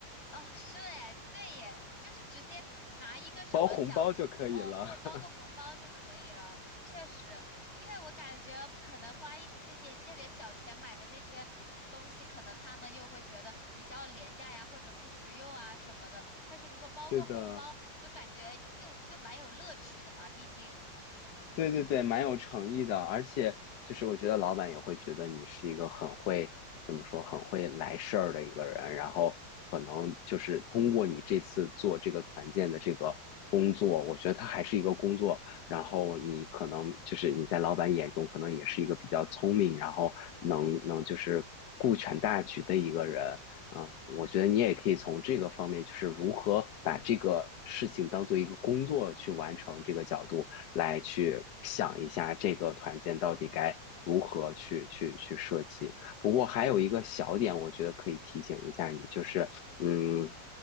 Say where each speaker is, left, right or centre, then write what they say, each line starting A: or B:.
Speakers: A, on the left; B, on the left.
A: 哦，是哎，对耶，就是直接拿一个什么小，
B: 包红包就可以了。
A: 哦，对，包个红包就可以了。
B: <laughs>
A: 确实，因为我感觉可能花一这些这点小钱买的那些东西，可能他们又会觉得比较廉价呀，或者不实用啊什么的。但是如果包个红包，
B: 对的。
A: 就感觉又又蛮有乐趣的嘛，毕竟，嗯
B: 对对对，蛮有诚意的，而且就是我觉得老板也会觉得你是一个很会，怎么说，很会来事儿的一个人，然后可能就是通过你这次做这个团建的这个工作，我觉得它还是一个工作，然后你可能就是你在老板眼中可能也是一个比较聪明，然后能能就是顾全大局的一个人。嗯，我觉得你也可以从这个方面，就是如何把这个事情当做一个工作去完成这个角度，来去想一下这个团建到底该如何去去去设计。不过还有一个小点，我觉得可以提醒一下你，就是嗯。
A: 嗯。